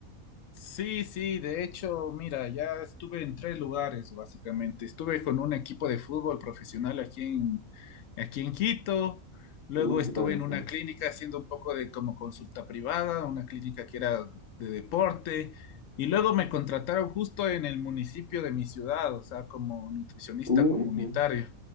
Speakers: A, on the left; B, on the left.
A: Sí, sí, de hecho, mira, ya estuve en tres lugares, básicamente. Estuve con un equipo de fútbol profesional aquí en, aquí en Quito. Luego
B: Uh,
A: estuve
B: qué padre.
A: en
B: ajá.
A: una clínica haciendo un poco de como consulta privada, una clínica que era de deporte. Y luego me contrataron justo en el municipio de mi ciudad, o sea, como nutricionista
B: Uh,
A: comunitario.
B: ujú.